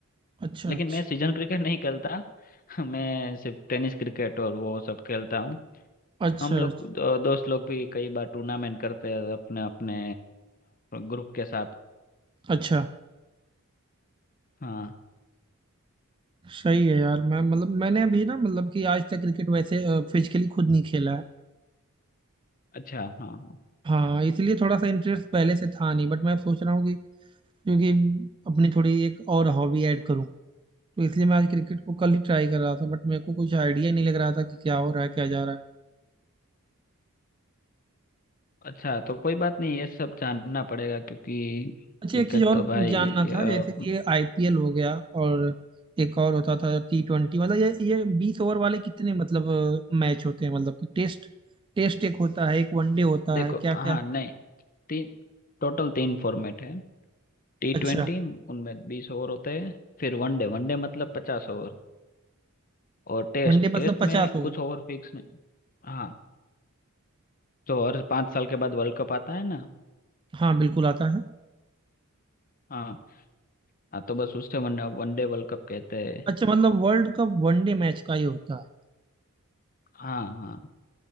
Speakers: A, on the right (about 20°); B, on the left (about 40°).
A: अच्छा
B: लेकिन
A: अच्छा
B: मैं सीजन क्रिकेट नहीं खेलता <laughs> मैं सिर्फ टेनिस क्रिकेट और वो सब खेलता हूँ
A: अच्छा
B: हम लोग
A: अच्छा
B: दो, दोस्त लोग भी कई बार टूर्नामेंट करते हैं अपने अपने ग्रुप के साथ
A: अच्छा
B: हाँ
A: सही है यार मैं मतलब मैंने अभी ना मतलब कि आज तक क्रिकेट वैसे फिजिकली खुद नहीं खेला है
B: अच्छा हाँ हाँ।
A: हाँ इसलिए थोड़ा सा इंटरेस्ट पहले से था नहीं बट मैं सोच रहा हूँ कि क्योंकि अपनी थोड़ी एक और हॉबी ऐड करूँ तो इसलिए मैं आज क्रिकेट को कल ही ट्राई कर रहा था बट मेरे को कुछ आइडिया ही नहीं लग रहा था कि क्या हो रहा है क्या जा रहा है
B: अच्छा तो कोई बात नहीं ये सब जानना पड़ेगा क्योंकि
A: अच्छा
B: क्रिकेट
A: एक चीज़ और
B: तो भाई
A: जानना था
B: अ,
A: जैसे कि ये आईपीएल हो गया और एक और होता था टी ट्वेंटी मतलब ये ये बीस ओवर वाले कितने मतलब मैच होते हैं मतलब कि टेस्ट टेस्ट एक होता है एक वनडे होता
B: देखो
A: है क्या क्या
B: हाँ नहीं तीन टोटल तीन फॉर्मेट है टी
A: अच्छा
B: ट्वेंटी उनमें बीस ओवर होते हैं फिर वनडे वनडे मतलब पचास ओवर और टेस्ट
A: वनडे मतलब
B: टेस्ट
A: पचास
B: में
A: ओवर
B: कुछ ओवर फिक्स नहीं। हाँ तो हर पाँच साल के बाद वर्ल्ड कप आता है ना
A: हाँ बिल्कुल आता है
B: हाँ हाँ तो बस उससे वन वनडे वर्ल्ड कप कहते हैं
A: अच्छा मतलब वर्ल्ड कप वनडे मैच का ही होता है
B: हाँ हाँ